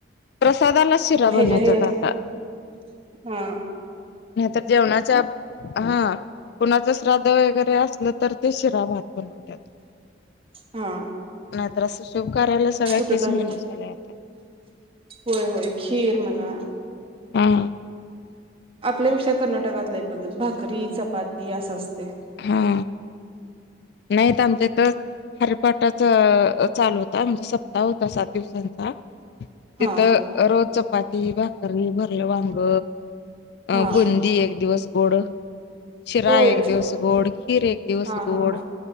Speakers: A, on the left; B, on the right.
A: प्रसादाला शिरा बनवतात
B: हेज्या हेज्यात
A: आता
B: हां.
A: नाही तर जेवणाच्या, हा कुणाच श्राद्ध वगैरे आसलं तर ते शिरा भात बनवत्यात.
B: हा.
A: नाहीतर अस शुभ कार्याला सगळ्या
B: कुठ
A: तेच
B: तर
A: मेनू झालाय आता.
B: होय होय खीर म्हणा
A: हा.
B: आपल्यापेक्षा कर्नाटकात लई पद्धत भाकरी, चपाती असं असतय.
A: हा. नाहीत आमच्या इथ हरीपाटाच चालू होता म्हणजे सप्ताह होता सात दिवसांचा
B: हा
A: तिथं रोज चपाती भा करी, भरलं वांग, अ
B: हा
A: बुंदी एक दिवस गोड शिरा
B: होय
A: एक दिवस, गोड खीर एक दिवस,
B: हा
A: गोड
B: हा